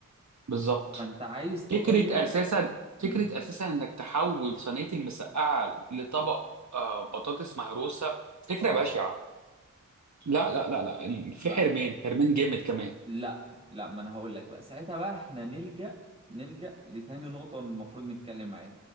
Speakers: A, on the right; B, on the right.
A: بالظبط
B: فانت عايز تغير
A: فكرة أساسا
B: مم.
A: فكرة أساسا إنك تحول صينية المسقعة لطبق آه، بطاطس مهروسة فكرة
B: اه
A: بشعة لا لا لا لا ال- في
B: س-
A: حرمان حرمان جامد كمان
B: لا لا ما انا هقول لك بقى ساعتها بقى احنا نلجأ نلجأ لتاني نقطة المفروض نتكلم عليها